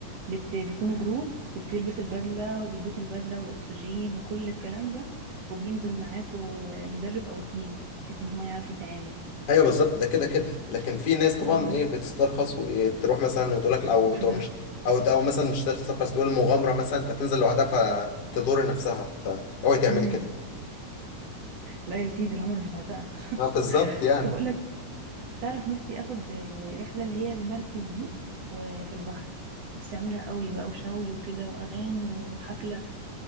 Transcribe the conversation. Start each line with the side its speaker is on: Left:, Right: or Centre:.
Right: بت... بيكونوا جروب بتلبس البدلة وبيدوك البدلة والأكسجين وكل الكلام ده وبينزل معاكوا مدرب أو اتنين بحيث إن هو يعرف يتعامل
Left: ايوه بالظبط ده كده كده لكن في ناس طبعا
Right: اه
Left: ايه بتسترخص وتروح مثلا وتقول لك او
Right: واحدة
Left: تقوم مش
Right: <laughs>
Left: او او مثلا مش تسترخص تقول مغامره مثلا فتنزل لوحدها فتضر نفسها فاوعي تعملي
Right: مم.
Left: كده
Right: لا يا سيدي العمر مش بعتها <laughs>
Left: اه بالظبط يعني
Right: طب أقول لك تعرف نفسي آخد آه، رحلة اللي هي المركب دي وفي البحر نفسي أعملها قوي بقى وشوي وكده وأغاني وحفلة